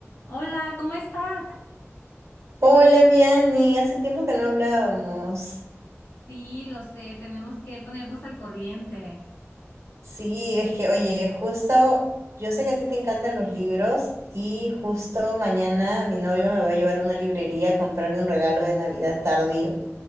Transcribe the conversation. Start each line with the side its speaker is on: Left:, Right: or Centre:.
Left: Hola, ¿cómo estás?
Right: Hola, Vianney, hace tiempo que no hablábamos.
Left: Sí, lo sé, tenemos que ponernos al corriente.
Right: Sí, es que, oye, justo, yo sé que a ti te encantan los libros y justo mañana mi novio me va a llevar a una librería a comprarme un regalo de Navidad tardío.